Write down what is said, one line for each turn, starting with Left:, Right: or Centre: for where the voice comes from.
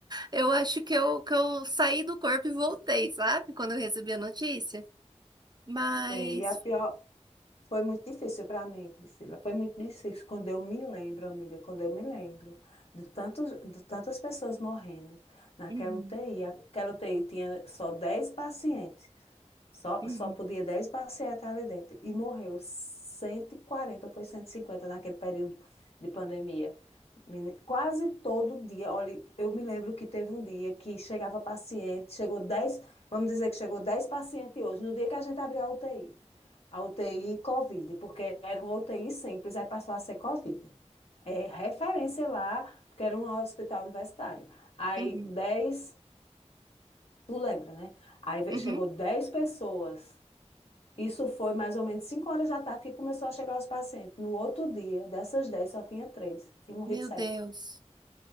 Right: eu acho que eu, que eu saí do corpo e voltei, sabe? Quando eu recebi a notícia. Mas.
Left: sei. E a pior foi muito difícil para mim, Priscila. Foi muito difícil quando eu me lembro, amiga, quando eu me lembro de tantos, de tantas pessoas morrendo naquela
Right: Uhum.
Left: UTI. Aquela UTI tinha só 10 pacientes. Só,
Right: Uhum,
Left: só podia 10 pacientes ali dentro. E morreu 140, ou foi 150 naquele período de pandemia. Meni- Quase todo dia. Olha, eu me lembro que teve um dia que chegava paciente, chegou dez vamos dizer que chegou 10 pacientes hoje, no dia que a gente abriu a UTI. A UTI Covid, porque era uma UTI simples, aí passou a ser Covid. É referência lá, porque era um hospital universitário. Aí
Right: uhum,
Left: dez tu lembra, né? Aí ve-
Right: uhum.
Left: chegou 10 pessoas. Isso foi mais ou menos 5 horas da tarde que começou a chegar os pacientes. No outro dia, dessas 10 só tinha três, Tinha morrido
Right: Meu
Left: 7.
Right: Deus.